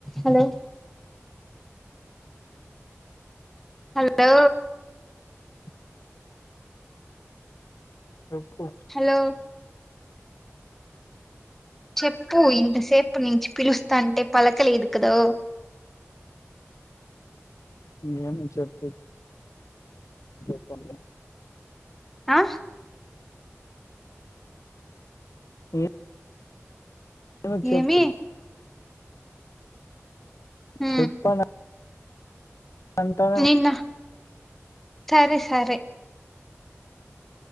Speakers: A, in the centre; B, on the left.
A: hello hello
B: ఆ చెప్పు
A: hello చెప్పు ఇంతసేపు నుంచి పిలుస్తా అంటే పలకలేదు కదా
B: ఏమి చెప్పి చెప్పలి
A: ఆ
B: ఇ చి వచ్చ
A: ఏమి హ
B: చెప్పను అంటానే
A: నిన్న సరే సరే